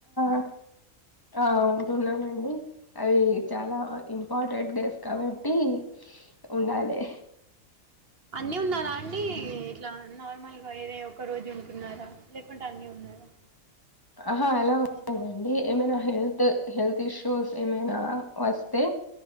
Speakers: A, on the left; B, on the right.
A: ఆ ఆ ఉంటున్నానండి అవి చాలా ఇంపార్టెంట్ డేస్ కాబట్టి ఉండాలి
B: అన్నీ ఉన్నారా అండి ఇట్లా నార్మల్గా ఏదో ఒక రోజు ఉంటున్నారా లేకుంటే అన్నీ ఉన్నారా
A: ఆహా అలా ఉంటదండి
B: మొత్తం
A: ఏమైనా హెల్త్ హెల్త్ ఇష్యూ షోస్ ఏమైనా వస్తే